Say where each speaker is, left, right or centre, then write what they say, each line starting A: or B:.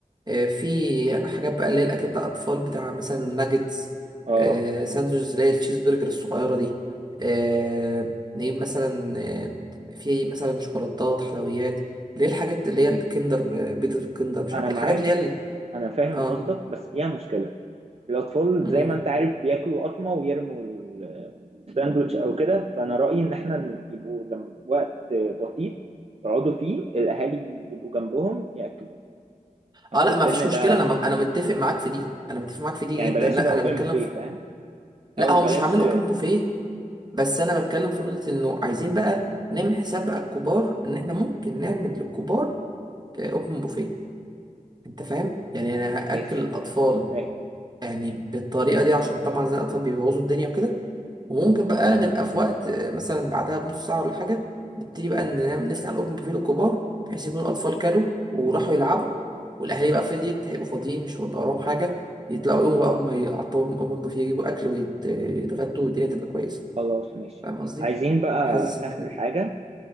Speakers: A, on the right; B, on the right.
A: آه، في حاجات بقى اللي هي الأكل بتاع الأطفال بتاع مثلا ناجتس
B: اه
A: آه، ساندوتشز اللي هي التشيز برجر الصغيرة دي آه، نجيب مثلا آه، في مثلا شوكولاتات حلويات اللي هي الحاجات اللي هي الكندر آه، بيتزا الكندر مش
B: انا
A: عارف إيه،
B: معاك
A: الحاجات اللي هي ال-
B: انا فاهم
A: اه
B: قصدك بس فيها مشكلة الاطفال
A: مم.
B: زي ما انت عارف بياكلوا قطمة ويرموا ال- الساندوتش او كده فانا رأيي ان احنا ن- يبقوا لما وقت آه، بسيط يقعدوا فيه الاهالي يبقوا جنبهم ياكلوا اصل
A: اه لا
B: السن
A: ما فيش مشكلة
B: ده
A: انا م- انا متفق معاك في دي انا متفق معاك في دي
B: يعني بلاش
A: جدا لا
B: يبقى اوبن
A: انا بتكلم
B: بوفيه
A: في
B: فاهم
A: لا
B: او
A: هو
B: بلاش
A: مش هعمله اوبن بوفيه بس انا بتكلم في نقطة انه عايزين بقى نعمل حساب بقى الكبار ان احنا ممكن نعمل للكبار اوبن بوفيه انت فاهم يعني انا
B: ماشي
A: هاكل الاطفال
B: فاهم
A: يعني بالطريقه دي عشان طبعا زي الاطفال بيبوظوا الدنيا وكده وممكن بقى نبقى في وقت آه، مثلا بعدها بنص ساعه ولا حاجه نبتدي بقى نعمل- نفتح الاوبن بوفيه للكبار بحيث يكون الاطفال كلوا وراحوا يلعبوا والاهالي بقى فضيت هيبقوا فاضيين مش هيبقى وراهم حاجه يطلعوا يقوموا
B: اه
A: بقى هم يعطوهم اوبن بوفيه يجيبوا اكل ويتغدوا والدنيا تبقى كويسه
B: خلاص ماشي
A: فاهم قصدي؟
B: عايزين بقى
A: حاسس ان
B: اخر
A: كده
B: حاجه